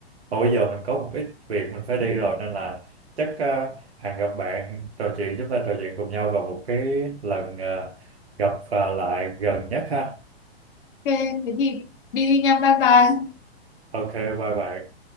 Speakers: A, on the right; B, on the left.
A: mà bây giờ mình có một ít việc mình phải đi rồi nên là chắc ờ, hẹn gặp bạn trò chuyện chúng ta trò chuyện cùng nhau vào một cái lần ờ, gặp ờ, lại gần nhất ha
B: Ok, thế thì đi đi nha, bye bye.
A: ok bye bye